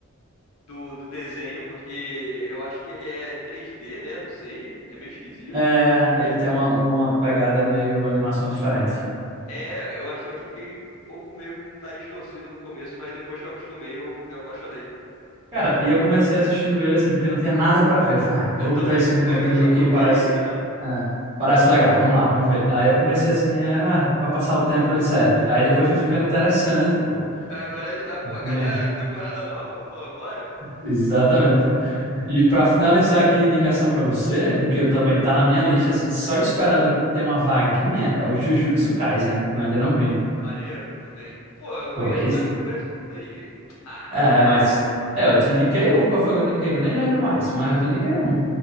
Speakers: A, on the left; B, on the right.
A: do, do desenho, porque eu acho que ele é 3D, né? Não sei, é meio esquisito.
B: É, ele tem uma, uma pegada meio animação diferente.
A: É, eu, ach- eu fiquei um pouco meio com o nariz torcido no começo, mas depois que eu acostumei, eu me apaixonei.
B: Cara, e eu comecei assistindo ele assim, porque não tinha nada pra ver. Eu falei, ai, vou
A: Eu
B: botar
A: também.
B: esse anime
A: Eu Vou
B: aqui
A: ver essa
B: que
A: porcaria
B: parece,
A: aqui mesmo.
B: é, parece legal, vamos lá, vamos ver. Aí eu comecei assim, ah, pra passar o tempo ele serve. Aí depois foi ficando interessante, pô.
A: <laughs> Agora a gente tá, pô,
B: É,
A: cadê a temporada nova? Pô, bora.
B: Exatamente, pô. E pra finalizar aqui de indicação pra você, um que eu também tá na minha lista, assim, só esperando ter uma vaguinha, é o Jujutsu Kaisen, eu ainda não vi.
A: Maneiro também. Pô, eu conheço
B: Pô, esse?
A: quase, conheço tudo aí. Ah,
B: É, mas. É, eu te indiquei um, qual foi que eu te indiquei? Que eu nem lembro mais, mas eu te indiquei um.